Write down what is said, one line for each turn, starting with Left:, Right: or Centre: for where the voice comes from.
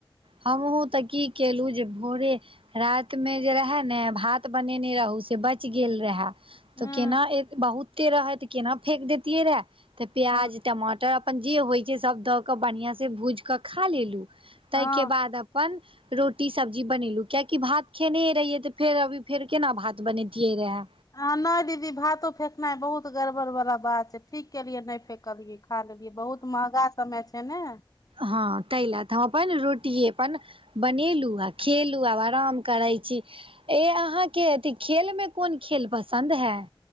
Right: हमहुँ तऽ की केलु जे भोरे रायत मे जे रहे न भात बनेने रहौ से बैच गेल रहे।
Left: खेलहुँ?
Right: तऽ केना ए बहुते रहै तऽ केना फेेक देैतियै रहे तऽ प्याज
Left: हँ
Right: टमाटर अपन जे होय छैय सब दऽ क बढ़िया से भुज क खा लेलू तइके
Left: हँ हँ
Right: बाद अपन रोटी सब्जी बनेलु कियेकि भात खेनहे रहियै तऽ फेर अभी फेर केना भात बनैतियै रहै।
Left: अ नै दीदी भातो फेकनाइ बहुत गड़बड़ बाला बात छैय ठीक केलियै नै फेकलियै। खा लेलिये बहुत महगा समय छैय ने।
Right: ह तहि ले तऽ हम अपन रोटीये अपन बनेलु आ खेलु आब आराम करेय छी। ए अहाके अथी खेलमे कोन खेल पसंद हेॅं।